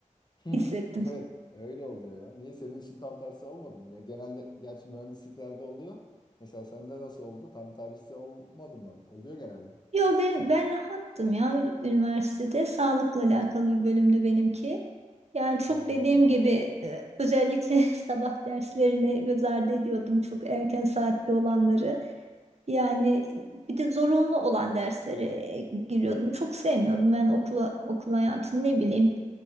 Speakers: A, on the right; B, on the left.
A: <laughs>
B: <laughs>
A: hissettim.
B: Evet, öyle oluyor ya. Niye senin için tam tersi olmadı mı? Ya genelde gerçi mühendisliklerde oluyor. Mesela sende nasıl oldu? Tam tersi olmadı mı? Oluyor genelde.
A: Yo ben ben rahattım ya Ü- üniversitede sağlıkla alakalı bir bölümdü benimki. Yani çok
B: Ha.
A: dediğim gibi e, özellikle <laughs> sabah derslerini göz ardı ediyordum çok erken saatte olanları. Yani bir de zorunlu olan derslere e, giriyordum. Çok sevmiyordum ben okula okul hayatını ne bileyim.